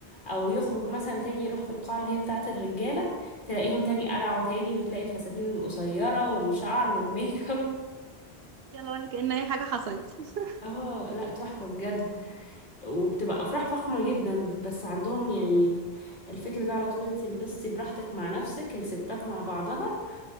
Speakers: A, on the left; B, on the right.
A: او يخرج مثلا تاني يروح في القاعة اللي هي بتاعة الرجالة تلاقيهم تاني قلعوا تاني وتلاقي الفساتين القصيرة والشعر والميك اب
B: يلا ولا كأن اي حاجه حصلت <laughs>
A: <laughs> اه لا تحفة بجد وبتبقى افراح فخمة جدا بس عندهم يعني الفكر ده على طول انتي انبسطي براحتك مع نفسك الستات مع بعضها